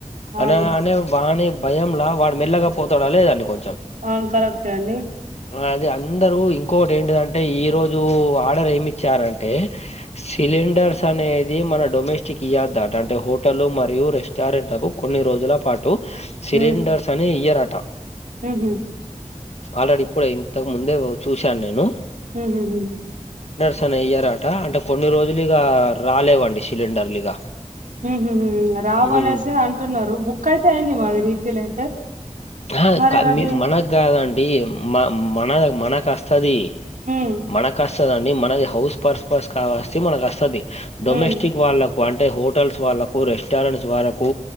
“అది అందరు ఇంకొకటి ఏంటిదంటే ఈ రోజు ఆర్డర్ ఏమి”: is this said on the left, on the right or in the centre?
Left